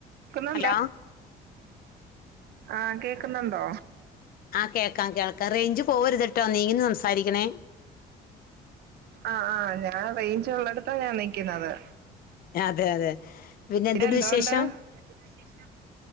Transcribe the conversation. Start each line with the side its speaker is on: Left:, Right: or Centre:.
Right: കേക്കുന്നുണ്ടോ
Left: ഹലോ
Right: ആഹ് കേക്കുന്നുണ്ടോ?
Left: ആഹ് കേൾക്കാം കേൾക്കാം റേഞ്ച് പോവരുത്ട്ടോ നീങ്ങിനിന്ന് സംസാരിക്കണേ?
Right: ആഹ് ആ ഞാൻ റെയിഞ്ച് ഉള്ളടുത്താ ഞാൻ നിക്കുന്നത്.
Left: അതെ അതെ.
Right: പിന്നെ
Left: എന്തുണ്ട്
Right: എന്തോണ്ട്
Left: വിശേഷം
Right: എന്തുണ്ട് വിശേഷം